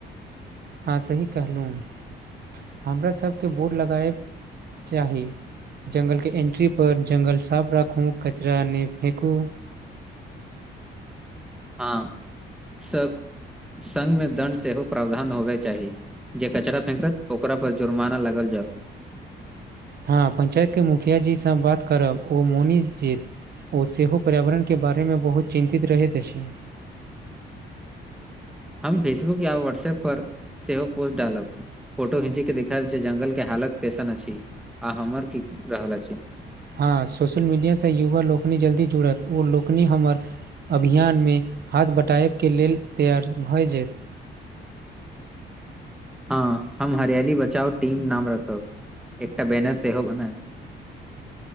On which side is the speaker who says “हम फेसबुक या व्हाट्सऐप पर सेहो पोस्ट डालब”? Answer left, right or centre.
Centre